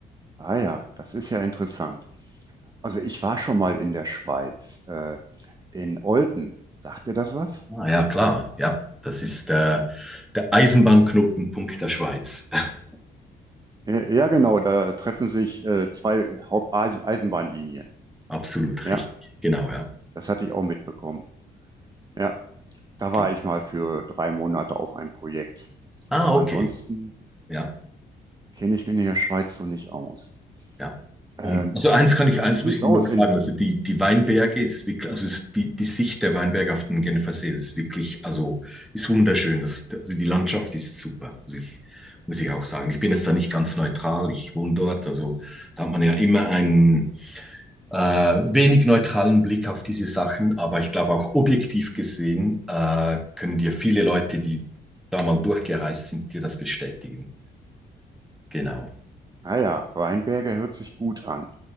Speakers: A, on the right; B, in the centre.
A: ah ja, das ist ja interessant. Also ich war schon mal in der Schweiz, äh, in Olten. Sagt dir das was?
B: Ah, ja, klar, ja. Das ist der, der Eisenbahnknotenpunkt der Schweiz. <laughs>
A: Äh, Ja, genau, da treffen sich äh, zwei Haupt-Eisenbahnlinien.
B: Absolut
A: Ja,
B: richtig, genau, ja.
A: das hatte ich auch mitbekommen. Ja, da war
B: Ge-
A: ich mal für drei Monate auf einem Projekt.
B: Ah,
A: Aber
B: okay,
A: ansonsten
B: ja,
A: kenne ich mich in der Schweiz so nicht aus.
B: ja. Und
A: Ähm,
B: also eins kann ich, eins
A: wie sieht's
B: muss ich
A: aus?
B: noch sagen,
A: In,
B: also die, die Weinberge ist wirklich, also ist die, die Sicht der Weinberge auf den Genfersee ist wirklich, also ist wunderschön. Das, also die Landschaft ist super, muss ich, muss ich auch sagen. Ich bin jetzt da nicht ganz neutral, ich wohne dort, also da hat man ja immer einen äh, wenig neutralen Blick auf diese Sachen, aber ich glaube auch objektiv gesehen äh, können dir viele Leute, die da mal durchgereist sind, dir das bestätigen. Genau,
A: naja, Weinberge hört sich gut an.